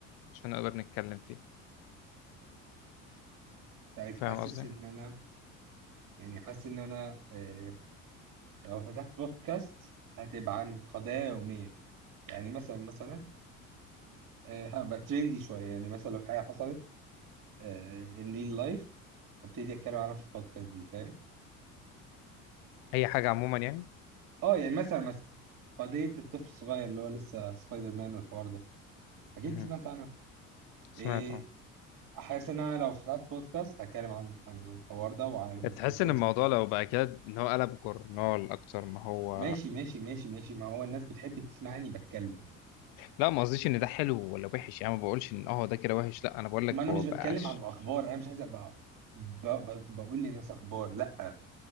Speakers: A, on the left (about 60°); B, on the right (about 55°).
A: عشان نقدر نتكلم فيه
B: عارف
A: فاهم
B: حاسس
A: قصدي
B: ان انا يعني حاسس ان انا آه لو فتحت بودكاست هتبقى عن قضايا يوميه يعني مثلا مثلا آه هبقى ترندي شويه يعني مثلا لو في حاجه حصلت آه ان ريل لايف ابتدي اتكلم عنها في البودكاست دي فاهم
A: اي حاجه عموما يعني
B: اه يعني مثلا مثلا قضيه الطفل الصغير اللي هو لسه سبايدر مان والحوار ده اكيد
A: مهم.
B: سمعت عنها
A: سمعت
B: إيه
A: اه
B: حاسس ان انا لو فتحت بودكاست هتكلم عن عن الحوار ده وعن
A: تحس
B: الكونسبت
A: ان الموضوع
B: كله
A: لو بقى كده ان هو قلب جورنال اكتر ما هو
B: ماشي ماشي ماشي ماشي ما هو الناس بتحب تسمعني بتكلم
A: لا ما قصديش ان ده حلو ولا وحش يعني ما بقولش ان اه ده كده وحش لا انا بقول لك
B: ما انا
A: هو
B: مش
A: بقاش
B: بتكلم عن الاخبار انا مش عايز ابقى ب... ب... بقول للناس اخبار لا